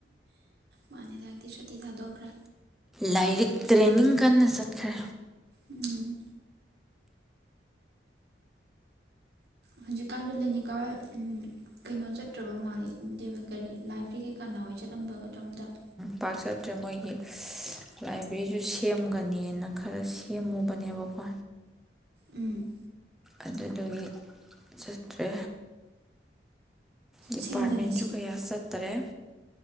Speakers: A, on the right (about 60°); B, in the centre.
A: ꯃꯥꯅꯤ ꯂꯛꯇꯗꯤ ꯁꯨꯇꯤ ꯊꯥꯗꯣꯛꯈ꯭ꯔꯦ꯫
B: ꯂꯥꯏꯔꯤꯛ ꯇ꯭ꯔꯦꯅꯤꯡ ꯀꯟꯅ ꯆꯠꯈ꯭ꯔꯦ꯫
A: ꯎꯝ꯫ ꯍꯧꯖꯤꯛꯀꯥꯟꯗ ꯂꯦꯅꯤꯀꯥ ꯍ ꯀꯩꯅꯣ ꯆꯠꯇ꯭ꯔꯕ ꯃꯥꯜꯂꯤ ꯀꯔꯤ ꯂꯥꯏꯕ꯭ꯔꯦꯔꯤꯒꯤ ꯀꯅꯥꯍꯣꯏ ꯆꯠꯂꯝꯕꯒꯗꯣ ꯃꯇꯣꯝꯇ ꯫
B: ꯄꯥꯛꯆꯠꯇ꯭ꯔꯦ ꯃꯣꯏꯒꯤ ꯂꯥꯏꯕ꯭ꯔꯦꯔꯤ ꯁꯤꯁꯨꯨ ꯁꯦꯝꯒꯅꯦꯅ ꯈꯔ ꯁꯦꯝꯃꯨꯕꯅꯦꯕꯀꯣ
A: ꯎꯝ
B: ꯑꯗꯨꯗꯨꯗꯒꯤ ꯆꯠꯇ꯭ꯔꯦ ꯗꯦꯄꯥꯔꯠꯃꯦꯟꯇꯁꯨ
A: ꯁꯦꯝꯒꯅꯤ ꯁꯤ
B: ꯀꯌꯥ ꯆꯠ ꯇꯔꯦ <unintelligible>